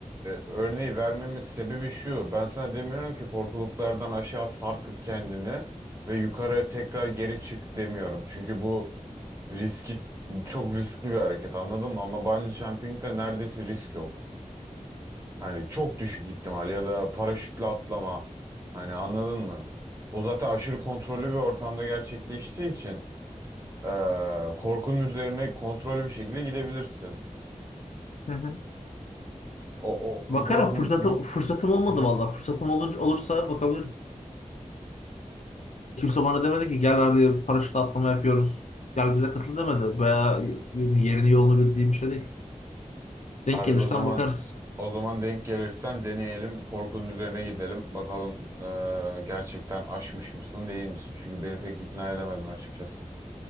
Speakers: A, on the right; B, on the left.
A: örneği vermemin sebebi şu ben sana demiyorum ki korkuluklardan aşağı sarkıt kendini ve yukarı tekrar geri çık demiyorum çünkü bu riski çok riskli bir hareket anladın mı? Ama bungee jumping'de neredeyse risk yok. Hani çok düşük ihtimal ya da paraşütle atlama. Hani anladın mı? O zaten aşırı kontrollü bir ortamda gerçekleştiği için eee, korkunun üzerine kontrollü bir şekilde gidebilirsin.
B: Hı hı.
A: O,
B: Bakarım
A: o böyle bu,
B: fırsatım
A: bu
B: fırsatım olmadı
A: <clears throat>
B: vallahi. Fırsatım olur, olursa bakabilirim. Kimse bana demedi ki gel hadi paraşütle atlama yapıyoruz. Gel bize katıl demedi. Veya yerini yolunu bildiğim bir şey değil. Denk
A: abi
B: gelirsen
A: o zaman
B: bakarız.
A: o zaman denk gelirsen deneyelim. Korkunun üzerine gidelim. Bakalım eee, gerçekten aşmış mısın değil misin? Çünkü beni pek ikna edemedin açıkçası.